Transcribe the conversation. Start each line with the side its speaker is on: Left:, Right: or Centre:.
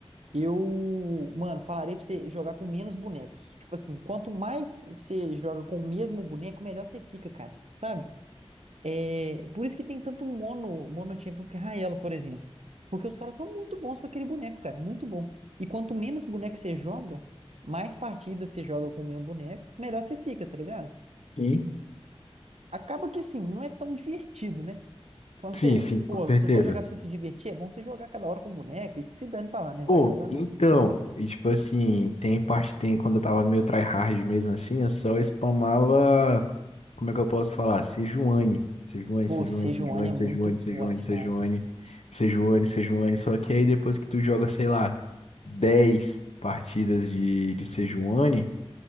Right: Eu, mano, falarei pra você jogar com menos bonecos. Tipo assim, quanto mais você joga com o mesmo boneco, melhor você fica, cara. Sabe? É, por isso que tem tanto mono, mono champion que é Raelo, por exemplo. Porque os caras são muito bons com aquele boneco, cara. Muito bom. E quanto menos boneco você joga, mais partidas você joga com o mesmo boneco, melhor você fica, tá ligado?
Left: Sim,
Right: Acaba que assim, não é tão divertido, né? Quando
Left: sim,
Right: você,
Left: sim,
Right: pô,
Left: com certeza.
Right: se for jogar pra você se divertir, é bom você jogar cada hora com o boneco e que se dane pra lá, né?
Left: Pô,
Right: Vai jogando
Left: então, e tipo assim, tem parte, tem quando eu tava meio tryhard mesmo assim, eu só spamava, como é que eu posso falar? Sejuani, Sejuani,
Right: Pô,
Left: Sejuani,
Right: Sejuani
Left: Sejuani,
Right: é muito
Left: Sejuani, Sejuani,
Right: forte,
Left: Sejuani,
Right: cara.
Left: Sejuani, Sejuani, só que aí depois que tu joga, sei lá, 10 partidas de, de Sejuani,